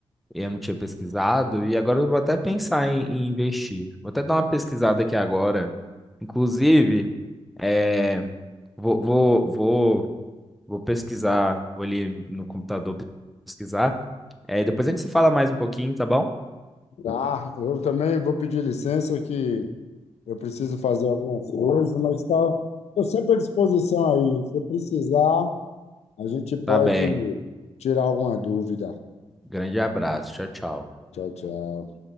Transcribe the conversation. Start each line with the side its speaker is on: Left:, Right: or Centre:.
Centre: e eu não tinha pesquisado, e agora eu vou até pensar em, em investir. Vou até dar uma pesquisada aqui agora. Inclusive, é, vou, vou, vou, vou pesquisar, vou ali no computador pesquisar. É, depois a gente se fala mais um pouquinho, tá bom?
Left: Tá, eu também vou pedir licença que eu preciso fazer algumas coisas, mas tá, estou sempre à disposição aí. Se precisar, A gente pode
Centre: Tá bem.
Left: tirar alguma dúvida.
Centre: Grande abraço. Tchau, tchau.
Left: Tchau, tchau.